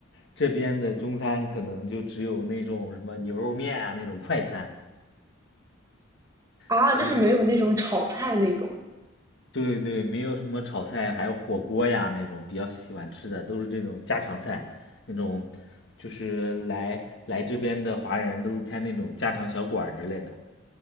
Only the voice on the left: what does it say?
这边的中餐可能就只有那种什么牛肉面啊那种快餐，
所以说，
对对，没有什么炒菜，还有火锅呀那种比较喜欢吃的，都是这种家常菜，那种就是来来这边的华人都是开那种家常小馆儿之类的。